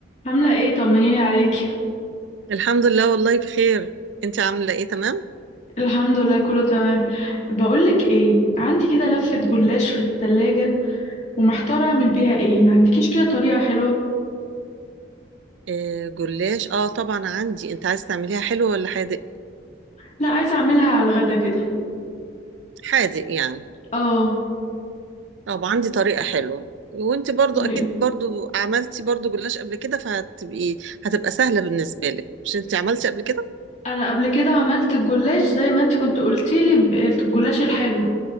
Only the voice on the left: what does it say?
عاملة ايه طمنيني عليكي
الحمد لله كله تمام بقولك ايه عندي كده لفة
جلاش في التلاجة ومحتارة اعمل بيها ايه ما عندكيش كده طريقة حلوة
لا عايزة اعملها على الغدا كده
اه
قولي
انا قبل كده عملت الجلاش زي ما انت كنت قلتيلي ب- الجلاش الحلو